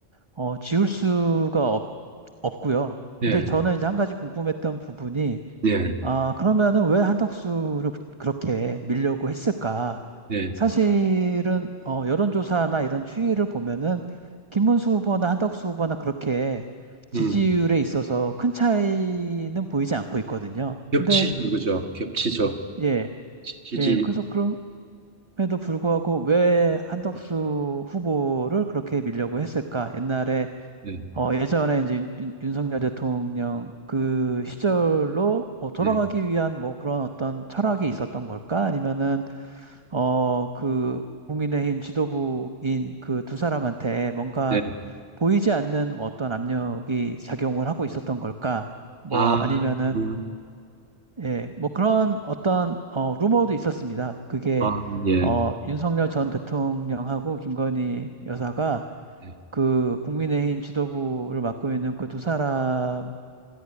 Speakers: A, on the right; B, on the right.
A: 어, 지울 수가 없, 없고요.
B: 네,
A: 근데 저는 이제 한 가지 궁금했던 부분이
B: 네,
A: 아, 그러면은 왜 한덕수를 그- 그렇게 밀려고 했을까?
B: 네.
A: 사실은 어, 여론조사나 이런 추이를 보면은 김문수 후보나 한덕수 후보나 그렇게 지지율에
B: 음,
A: 있어서 큰 차이는 보이지 않고 있거든요.
B: 겹치죠,
A: 근데
B: 그죠? 겹치죠.
A: 예,
B: 지- 지지,
A: 예, 그래서 그럼 그럼에도 불구하고 왜 한덕수 후보를 그렇게 밀려고 했을까? 옛날에
B: 네,
A: 어, 예전에 이제 윤, 윤석열 대통령 그 시절로 어, 돌아가기
B: 네,
A: 위한 뭐 그런 어떤 철학이 있었던 걸까? 아니면은 어, 그 국민의힘 지도부인 그 두 사람한테 뭔가
B: 네.
A: 보이지 않는 뭐 어떤 압력이 작용을 하고 있었던 걸까? 뭐
B: 아,
A: 아니면은
B: 음,
A: 예, 뭐 그런 어떤 어, 루머도 있었습니다. 그게
B: 아, 예,
A: 어, 윤석열 전 대통령하고 김건희 여사가
B: 네,
A: 그 국민의힘 지도부를 맡고 있는 그 두 사람한테